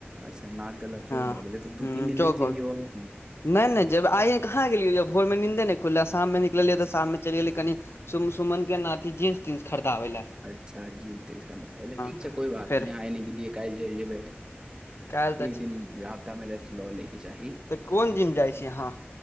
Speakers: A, on the right; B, on the left.
A: अच्छा नाक गला चौक
B: हँ
A: भऽ गेलै
B: हूंम्म
A: तऽ दू तीन दिन
B: चौखर
A: नहि जइयौ आओर की
B: नै नै जेबै आइये कहाँ गेलियै यौ भोरमे नीन्दे नहि खुललै आ शाममे निकलियै
A: अच्छा
B: तऽ शाममे चलि गेलियै कनी सुम सुमनके न अथी जीन्स तीन्स खरिदाबै लै
A: अच्छा जीन्स तीन्स खरीदाबै ठीक
B: तऽ
A: छै कोइ बात
B: फेर
A: नहि आइ नै गेलियै काल्हि चलि जेबै
B: काल्हि तऽ
A: एक
B: छै
A: दिन हफ्ता मे रेस्ट लऽ लैके चाही
B: तऽ कोन जिम जाइ छी अहाँ